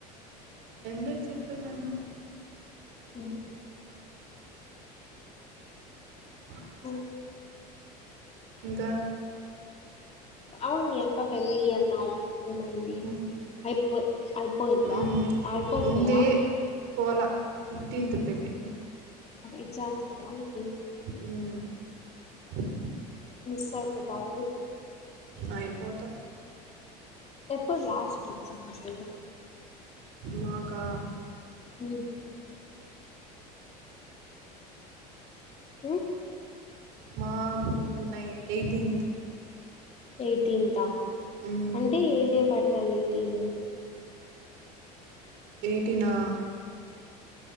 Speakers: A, on the right; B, on the left.
A: అంటే చెప్పేదాను
B: అ
A: అ
B: అ
A: ఇంకా
B: అవును అక్క పెళ్ళి అన్నా ఏమైంది
A: హ్మ్.
B: అయిపో అయిపోయిందా
A: హ్మ్.
B: అయిపోదు
A: ఉంది
B: కదా
A: పోలా ఫిఫ్టీన్త్ పెళ్ళి.
B: ఎగ్జామ్స్ పనికి
A: అ
B: స బతవ
A: అయిపోతా
B: ఎప్పుడు లాస్ట్ సమస్త
A: నాకా
B: అ హ
A: మాకు నై ఎయిటీన్త్
B: ఎయిటీన్ంతా
A: హ్మ్.
B: అంటే ఏదే పడుతంది ఈటీని
A: ఎయిటీ నా